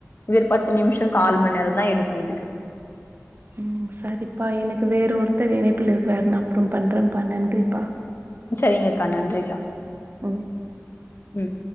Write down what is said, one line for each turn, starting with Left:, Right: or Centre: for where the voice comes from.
Left: வெறு பத்து நிமிஷோ கால் மண் நேரந்தா எடுக்கு இதுக்கு
Right: ம் சரிப்பா எனக்கு வேற ஒருத்தர் இணைப்புல இருக்குறாரு நான் அப்றம் பண்றன்ப்பா நன்றிப்பா
Left: சரிங்கக்கா நன்றிக்கா
Right: ம்.
Left: ம்